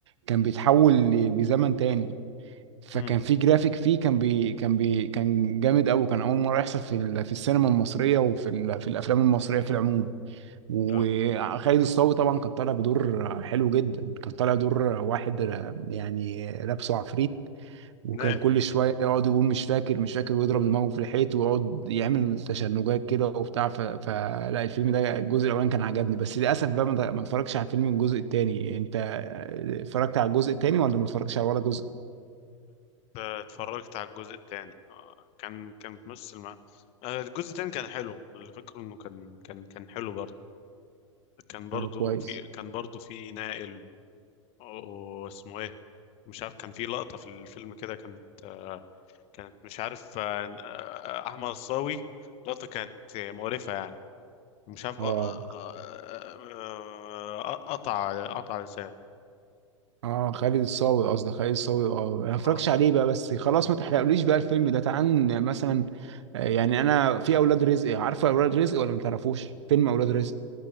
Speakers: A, on the right (about 60°); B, on the left (about 35°).
A: كان بيتحول ل- لزمن تاني فكان
B: آه،
A: في جرافيك فيه كان بي كان بي كان جامد قوي كان اول مره يحصل في ال- في السينما المصريه وفي ال- في الافلام المصريه في العموم وخالد
B: لا
A: الصاوي طبعا كان طالع بدور حلو جدا كان طالع دور واحد يعني لابسه عفريت وكان
B: نقل
A: كل شويه يقعد يقول مش فاكر مش فاكر ويضرب دماغه في الحيط ويقعد يعمل تشنجات كده وبتاع ف- فلا الفيلم ده الجزء الاولاني كان عجبني بس للاسف بقى ما ما اتفرجتش على الفيلم الجزء التاني انت اتفرجت على الجزء التاني ولا ما اتفرجتش على ولا جزء؟
B: آه، اتفرجت على الجزء الثاني كان كان بنفس الم... آه، الجزء الثاني كان حلو اللي فاكره انه كان كان كان حلو برضه كان برضه
A: اه كويس
B: في كان برضه في نائل واسمه ايه مش عارف كان في لقطة في الفيلم كده كانت آه، كانت مش عارف آه، آه، احمد الصاوي لقطة كانت مقرفة يعني مش عارف
A: اه
B: آه، آه، آه، آه، قطع قطع لسان
A: اه خالد الصاوي قصدي خالد الصاوي اه انا ما اتفرجتش
B: اه
A: عليه بقى بس خلاص ما تحرقليش بقى الفيلم ده تعال مثلا آه، يعني انا في اولاد رزق عارفه اولاد رزق ولا ما تعرفوش فيلم اولاد رزق